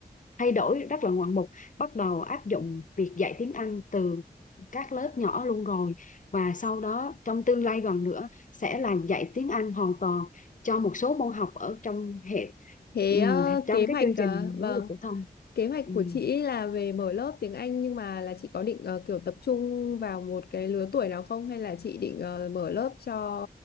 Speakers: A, on the left (about 55°); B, on the left (about 85°).
A: thay đổi rất là ngoạn mục bắt đầu áp dụng việc dạy tiếng Anh từ các lớp nhỏ luôn rồi và sau đó trong tương lai gần nữa sẽ là dạy tiếng Anh hoàn toàn cho một số môn học ở trong hệ
B: Thế
A: ừm,
B: ờ,
A: trong
B: kế hoạch,
A: cái chương
B: ờ,
A: trình
B: vâng.
A: giáo dục phổ thông
B: Kế hoạch
A: Ừm,
B: của chị là về mở lớp tiếng Anh nhưng mà là chị có định ờ, kiểu tập trung vào một cái lứa tuổi nào không hay là chị định ờ, mở lớp cho